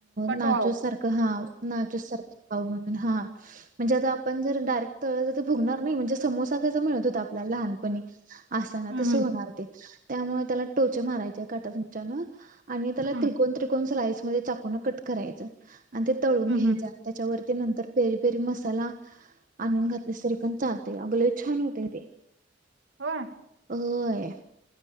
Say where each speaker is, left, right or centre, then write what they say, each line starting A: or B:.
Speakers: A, on the right; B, on the right.
A: कटवाव
B: नाजूक सारखं हा नाजूक सारखं म्हणजे आता आपण जर डायरेक्ट तळल तर फुगणार नाही, म्हणजे समोसा त हो कस मिळत होत, आपल्याला लहानपणी असा ना
A: हम्म
B: तस
A: हम्म
B: होणार ते त्यामुळे त्याला टोचे मारायचे. काटा चमच्यान आणि त्याला
A: हम्म
B: त्रिकोण त्रिकोन स्लाइस, म पूर्ण कट करायच आणि ते तळून
A: हम्म
B: घ्यायच,
A: हम्म
B: त्याच्यावरती नंतर पेरी पेरी मसाला आणून घातली तरी पण चालते अग लय छान होते ते.
A: होय!
B: होय.